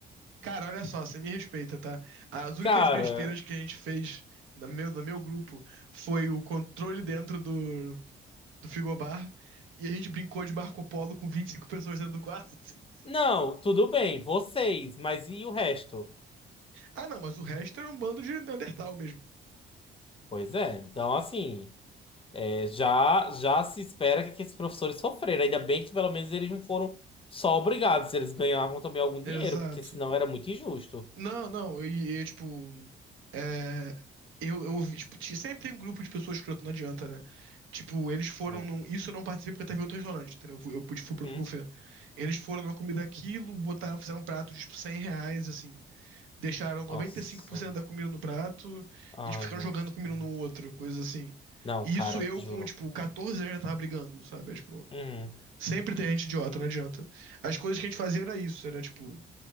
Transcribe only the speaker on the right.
Cara, olha só, você me respeita, tá? As únicas
besteiras que a gente fez no meu, no meu grupo foi o controle dentro do, do frigobar e a gente brincou de Marco Polo com 25 pessoas dentro do quarto. <laughs>
Ah, não, mas o resto era um bando de Neandertal mesmo.
Exato.
Não, não, e, e, tipo. é, eu, eu ouvi, tipo, tinha- sempre tem um grupo de pessoas escroto, não adianta, né? Tipo, eles foram
num. Isso eu não participei porque eu tava em outro restaurante, entendeu? Eu, fui- eu pude fui
pro outro buffet. Eles foram numa comida aquilo, botaram, fizeram um prato de tipo, 100 reais, assim. Deixaram noventa
e cinco por cento da comida no prato
e tipo, ficaram
jogando comida
um no outro, coisa assim.
E
Isso eu
com, tipo, 14 anos já tava brigando, sabe? É, tipo,
sempre tem gente idiota, não adianta. As coisas que a gente fazia era isso, era tipo.